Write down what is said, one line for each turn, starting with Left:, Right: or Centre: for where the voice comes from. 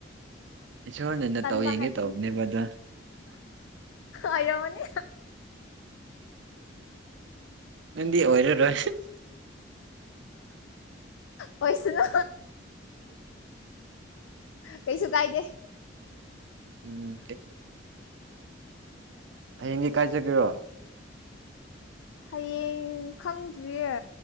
Right: ꯏꯁꯣꯔꯅꯅ
Left: ꯇꯟꯕ
Right: ꯇꯧ ꯌꯦꯡꯒꯦ
Left: ꯍꯥꯏꯕꯁꯤꯅꯤ
Right: ꯇꯧꯕꯅꯦꯕ ꯑꯗ
Left: ꯑꯣꯏꯔꯝꯃꯅꯤ
Right: ꯅꯗꯤ ꯑꯣꯏꯔꯔꯣꯏ
Left: ꯑꯣꯈꯣꯏꯁꯨꯅ ꯀꯩꯁꯨ ꯀꯥꯏꯗꯦ
Right: ꯎꯝ ꯍ ꯀꯥꯏ ꯆ ꯀꯔꯣ
Left: ꯍꯌꯦꯡ ꯈꯪꯗ꯭ꯔꯤꯌꯦ